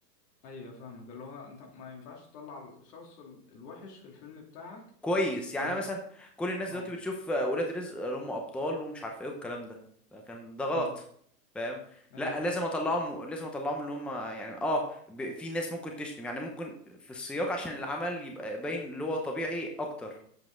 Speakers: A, on the left (about 65°); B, in the centre.
A: ايوه فاهمك اللي هو انت ما ينفعش تطلع الشخص ال- الوحش في الفيلم بتاعك
B: كويس يعني
A: ان
B: انا
A: هو
B: مثلا كل الناس
A: اه
B: دلوقتي بتشوف آه، ولاد رزق اللي هم ابطال ومش عارف ايه والكلام ده لكن ده غلط
A: امم
B: فاهم
A: ايوه
B: لا لازم اطلعهم
A: فاهم
B: لازم اطلعهم اللي هم يعني اه ب... في ناس ممكن تشتم يعني ممكن في السياق عشان العمل يبقى باين اللي هو طبيعي اكتر